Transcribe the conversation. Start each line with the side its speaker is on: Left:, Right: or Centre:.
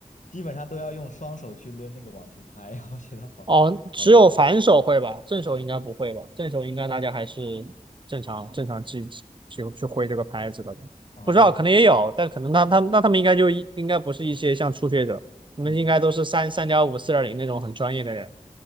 Left: 基本上都要用双手去抡那个网球拍，我觉得好好那个，
Right: 哦，只有反手会吧，正手应该不会吧？正手应该大家还是正常正常去去去挥这个拍子的吧，
Left: 哦，
Right: 不知道可能也有，但可能他他那他们应该就一应该不是一些像初学者，你们应该都是三三点五、
Left: 嗯，
Right: 四点零那种很专业的人。